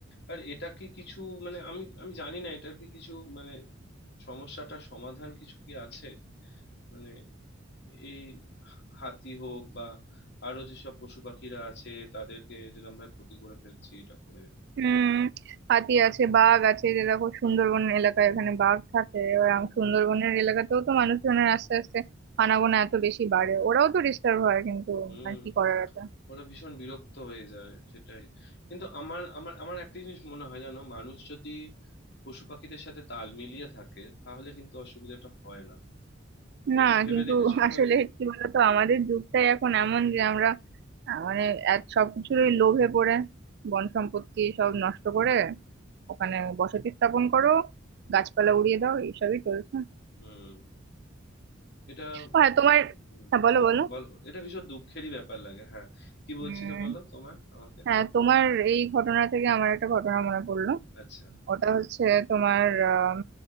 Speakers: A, on the left; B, on the right.
A: আর এটা কি কিছু মানে আমি আমি জানি না এটার কি কিছু মানে সমস্যাটার সমাধান কিছু কি আছে মানে এই হা- হাতি হোক বা আরো যেসব পশু পাখিরা আছে তাদেরকে যেরকম ভাবে ক্ষতি করে ফেলছি এটা করে
B: হুম হাতি আছে বাঘ আছে যে দেখো সুন্দরবন এলাকায় এখানে বাঘ থাকে
A: হুম
B: এবার আম- সুন্দরবনের এলাকাতেও তো মানুষজনের আস্তে আস্তে আনাগোনা এত বেশি বাড়ে ওরাও তো ডিস্টার্ব হয় কিন্তু
A: হুম
B: আর কি করার আছে
A: ওরা ভীষণ বিরক্ত হয়ে যায় সেটাই কিন্তু আমার আমার আমার একটা জিনিস মনে হয় জানো মানুষ যদি পশু পাখিদের সাথে তাল মিলিয়ে থাকে তাহলে কিন্তু অসুবিধাটা হয় না
B: না
A: এটা ভেবে
B: কিন্তু
A: দেখেছো
B: <laughs>
A: কোনোদিন
B: আসলে কি বলতো আমাদের যুগটাই এখন এমন যে আমরা আহ, মানে এক সবকিছুরই লোভে পড়ে বন সম্পত্তি সব নষ্ট করে ওখানে বসতি স্থাপন করো গাছপালা উড়িয়ে দাও এইসবই চলছে
A: হুম এটা
B: ও হ্যাঁ
A: হুম
B: তোমার হ্যাঁ বলো
A: হুম,
B: বলো
A: বলো এটা ভীষণ দুঃখেরই ব্যাপার লাগে হ্যাঁ কি বলছিলে
B: উম
A: বলো তোমার আমাকে
B: হ্যাঁ তোমার এই ঘটনা থেকে আমার একটা ঘটনা মনে পড়লো
A: আচ্ছা
B: ওটা হচ্ছে তোমার আম,